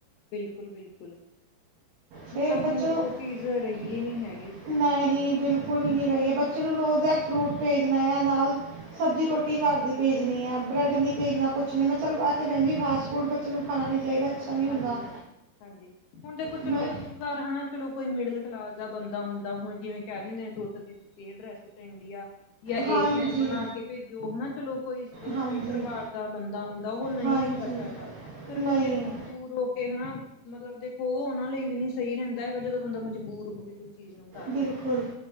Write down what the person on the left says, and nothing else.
ਬਿਲਕੁਲ-ਬਿਲਕੁਲ।
ਮਤਲਬ
ਹੁਣ
ਉਹ ਚੀਜ਼ ਰਹੀ
ਏ ਨਹੀਂ ਹੈਗੀ ਸਕੂਲਾਂ
ਦੇ ਵਿੱਚ
ਹਾਂਜੀ-ਹਾਂਜੀ-ਹਾਂਜੀ,
ਹੁਣ ਤੇ ਕੁਛ
ਲੋਕ ਕਈ ਵਾਰ ਹਾਂ ਚਲੋ ਕੋਈ ਮਿਡਿਲ ਕਲਾ ਲਾਸ ਦਾ ਬੰਦਾ ਹੁੰਦਾ, ਹੁਣ ਜਿਵੇਂ ਕਹਿ ਦਿੰਦੇ ਆਂ <unintelligible> ਤੇ ਵੀ ਇਹ ਡਰੈਸ ਪੈਂਦੀ ਆ। ਜਾ ਇਹ
ਚੀਜ਼ ਬਣਾ ਕੇ ਭੇਜੋ, ਹਨਾ ਚਲੋ ਕੋਈ ਸਹੀ
ਪਰਿਵਾਰ ਦਾ ਬੰਦਾ ਹੁੰਦਾ, ਉਹ ਨਹੀਂ
ਵੀ ਕਰ ਸਕਦਾ, ਫੇਰ
ਬੰਦੇ <unintelligible> ਤੇ ਹਨਾ ਮਤਲਬ ਦੇਖੋ ਓਹ ਉਹਨਾਂ ਲਈ ਵੀ ਨੀ ਸਹੀ ਰਹਿੰਦਾ ਹੈਗਾ, ਜਦੋ ਬੰਦਾ ਮਜਬੂਰ ਹੋਵੇ। ਕੋਈ ਚੀਜ਼ ਨੂੰ ਕਰ
ਰਿਹਾ,